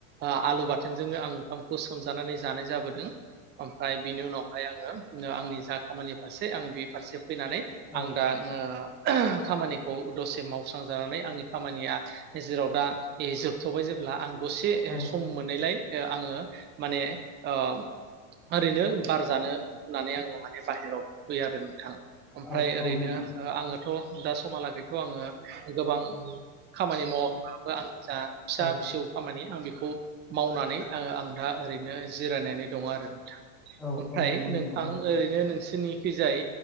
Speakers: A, on the right; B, in the centre.
A: ओ आलु बाथोनजोंनो आं ओंखामखौ सोमजानानै जानाय जाबोदों। ओमफ्राय बिनि उनावहाय आङो आंनि जा खामानि फारसे आं बे फारसे फैनानै
B: औ
A: आं दा ओ खामानिखौ दसे मावस्रांजानानै आंनि खामानिया जेराव दा ए जोबथबाय जेब्ला आं दसे
B: औ
A: सम मोननायलाय आङो माने ओ ओरैनो बारजानो होननानै आङो माने बाहेरआव दंफैयो आरो नों थां ओमफ्राय
B: औ औ
A: ओरैनो
B: नोंथां
A: आङोथ' दा समहालागैथ' आङो गोबां खामानि मावाबो आं जा फिसा
B: औ
A: फिसौ खामानि आं बेखौ मावनानै आ आं दा ओरैनो नो जिरायनानै दं आरो नोंथां
B: औ
A: ओमफ्राय
B: औ नंगौ
A: नोंथां
B: औ
A: ओरैनो नोंसि निखि जाय